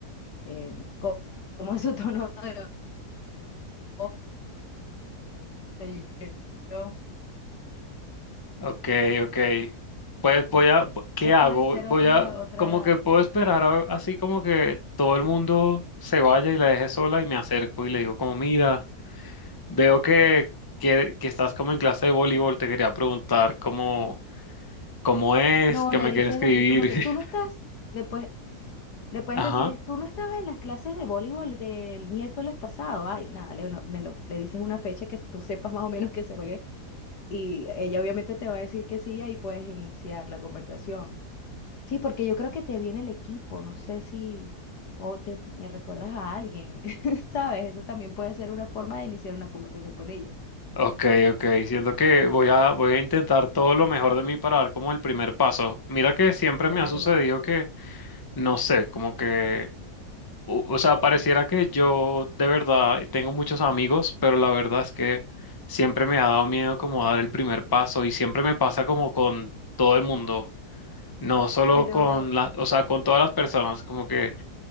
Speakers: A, on the left; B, on the left.
A: eh, co- cómo es su tono de voz. qué sé yo.
B: Ok, ok. Pues voy a, ¿qué
A: Eso
B: hago?
A: puede ser
B: Voy
A: otra,
B: a,
A: otra
B: como que puedo esperar a- así como que todo el mundo se vaya y la deje sola y me acerco y le digo como, mira, veo que, que, que estás como en clase de voleibol, te quería preguntar cómo, cómo es,
A: No,
B: que
A: le
B: me
A: dices
B: quieren escribir.
A: así como que
B: <laughs>
A: tú no estás, después le puedes
B: Ajá.
A: decir es, tú no estabas en las clases de voleibol del miércoles pasado, ay, nada, le, no- le, no- le dices una fecha que tú sepas más o menos que se juegue y ella obviamente te va a decir que sí y ahí puedes iniciar la conversación. Sí, porque yo creo que te viene el equipo, no sé si, o te me recuerdas a alguien, <laughs> ¿sabes? Eso también puede ser una forma de iniciar una conversación con ella,
B: Ok, ok. Siento que voy a, voy a intentar todo lo mejor de mí para dar como el primer paso. Mira que siempre
A: claro,
B: me ha sucedido que, no sé, como que... o o sea, pareciera que yo de verdad tengo muchos amigos, pero la verdad es que siempre me ha dado miedo como dar el primer paso y siempre me pasa como con todo el mundo, no solo
A: pero...
B: con las, o sea, con todas las personas, como que